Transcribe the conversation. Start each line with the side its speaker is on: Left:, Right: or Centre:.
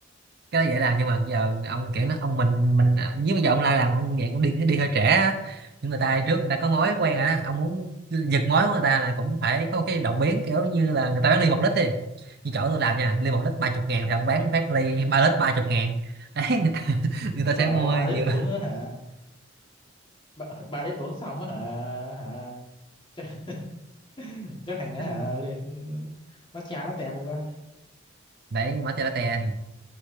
Right: cái đó dễ làm nhưng mà giờ ông kiểu nó ông mình mình ờ, nếu bây giờ ông la làm ông nghiện ông đi đi hơi trễ á những người ta trước người ta có mối quen rồi đó ông muốn giật mối của người ta là cũng phải có cái động biến kiểu như là người ta bán ly một lít đi như chỗ tôi làm nha ly một lít ba chục ngàn thì ông bán phát ly ba lít ba chục ngàn <laughs> đấy người ta <laughs> người ta sẽ
Left: Trời
Right: mua
Left: ơi, ba
Right: nhiều
Left: lít uống á hả ba, <laughs> ba lít uống xong á hả hả chắc, <laughs> chắc thành á
Right: Ừ.
Left: hả lên nó chán nó tẹt luôn quá
Right: đấy mở chai latte